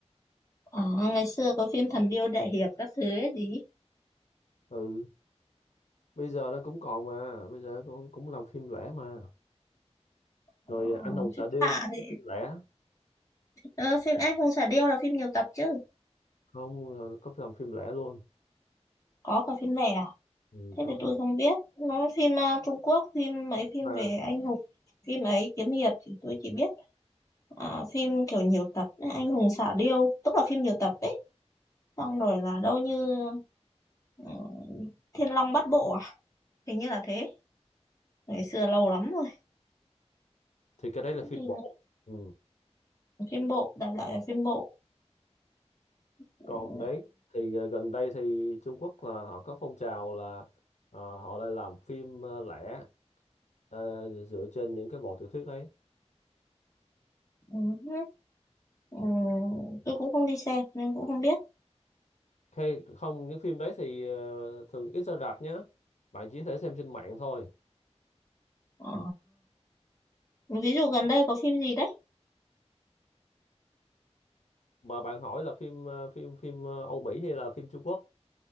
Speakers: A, on the left (about 30°); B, on the left (about 85°).
A: à, ngày xưa có phim thần điêu đại hiệp các thứ ấy gì
B: ừ bây giờ nó cũng còn mà bây giờ cũng cũng làm phim lẻ mà
A: Ờ,
B: rồi ờ, anh hùng xạ
A: phim
B: điêu
A: tạ
B: cũng có
A: thì
B: phim lẻ
A: ờ, phim anh hùng xạ điêu là phim nhiều tập chứ
B: không ờ, có làm phim lẻ luôn
A: có cả phim lẻ à?
B: ừ,
A: thế
B: có
A: thì tôi không biết nó phim à, Trung Quốc phim mấy phim
B: mà
A: về anh hùng phim ấy kiếm hiệp thì tôi chỉ biết à, phim kiểu nhiều tập ấy, anh hùng xạ điêu tức là phim nhiều tập ấy xong rồi là đâu như ừ, Thiên Long Bát Bộ à hình như là thế ngày xưa lâu lắm rồi
B: thì cái đấy là phim
A: phim
B: bộ ừ.
A: phim bộ đại loại là phim bộ ừ,
B: còn đấy thì ờ, gần đây thì Trung Quốc là họ có phong trào là ờ, họ lại làm phim ờ, lẻ ờ, dựa trên những cái bộ tiểu thuyết đấy
A: ừ, ừ, ừ. tôi cũng không đi xem nên cũng không biết
B: hay không những phim đấy thì ờ, thường ít ra rạp nhá bạn chỉ có thể xem trên mạng thôi
A: Ờ, ví dụ gần đây có phim gì đấy
B: mà bạn hỏi là phim ờ, phim phim ờ, Âu Mỹ hay là phim Trung Quốc